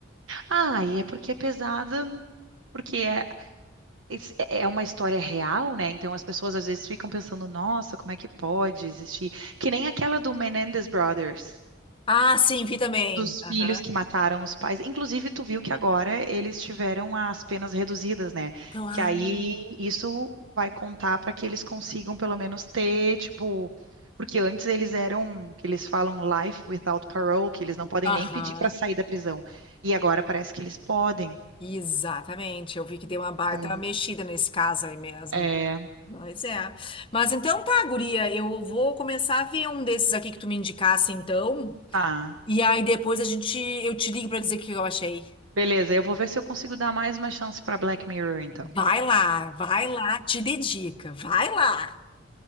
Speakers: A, on the right; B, on the left.
A: Ah, e é porque é pesada, porque é esse- é é uma história real, né? Então as pessoas às vezes ficam pensando, nossa, como é que pode existir? Que nem aquela do Menendez Brothers,
B: Ah, sim, vi também.
A: dos
B: Aham.
A: filhos que mataram os pais. Inclusive, tu viu que agora eles tiveram as penas reduzidas, né?
B: Claro.
A: Que aí isso vai contar para que eles consigam pelo menos ter, tipo, porque antes eles eram, que eles falam life without parole, que eles não podem
B: Aham.
A: nem pedir para sair da prisão. E agora parece que eles podem.
B: Exatamente. Eu vi que deu uma baita
A: Então,
B: mexida nesse caso aí mesmo.
A: é,
B: Mas é. Mas então tá, guria. Eu vou começar a ver um desses aqui que tu me indicasse, então.
A: tá.
B: E aí depois a gente, eu te ligo pra dizer o que eu achei.
A: Beleza, eu vou ver se eu consigo dar mais uma chance para Black Mirror, então.
B: Vai lá, vai lá, te dedica, vai lá.